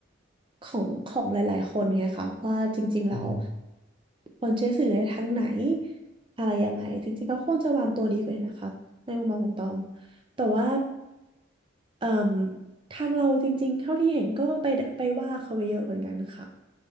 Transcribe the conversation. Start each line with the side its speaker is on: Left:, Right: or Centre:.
Right: ของของหลายๆคนไงคะว่าจริงๆแล้ว
Left: อืม
Right: ควรใช้สื่อในทางไหนอะไรยังไงจริงๆก็ควรจะวางตัวดีกว่านี้นะคะในมุมมองของตองแต่ว่าเอ่มทางเราจริงๆเท่าที่เห็นก็ไปไปว่าเขาไปเยอะเหมือนกันนะคะ